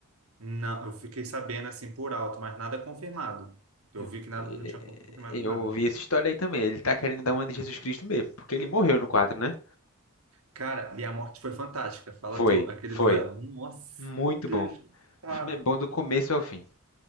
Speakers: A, on the right; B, on the left.
A: Não, eu fiquei sabendo assim por alto, mas nada confirmado. Eu
B: Eu,
A: vi que nada,
B: eh,
A: não tinha confirmado nada,
B: eu ouvi
A: né?
B: essa história aí também. Ele tá querendo dar uma de Jesus Cristo mesmo, porque ele morreu no 4, né?
A: Cara, e a morte foi fantástica. Fala
B: Foi,
A: tu, aquele
B: foi.
A: duelo. Nossa,
B: Muito
A: meu Deus,
B: bom.
A: cara.
B: O filme é bom do começo ao fim.